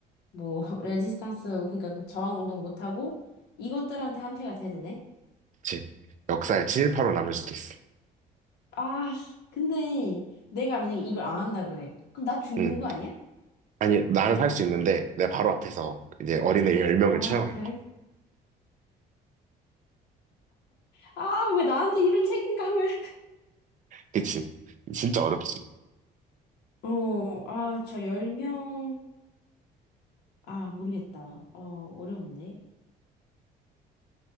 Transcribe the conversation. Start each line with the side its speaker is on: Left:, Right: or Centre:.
Left: 뭐 <laughs> 레지스탕스 그러니까 그 저항 운동 못 하고 이것들한테 한 패가 돼야 되네.
Right: 그치? 역사에 친일파로 남을 수도 있어.
Left: 아, 근데 내가 만약에 이걸 안 한다 그래. 그럼 나 죽는
Right: 응.
Left: 거 아니야?
Right: 아니, 나는 살 수 있는데 내 바로 앞에서 이제 어린애 열명을
Left: 아,
Right: 처형하는
Left: 그래?
Right: 거야.
Left: 아, 왜 나한테 이런 책임감을?
Right: 그치? 진짜 어렵지.
Left: <laughs> 어, 아, 저 10명 아, 모르겠다. 어, 어려운데.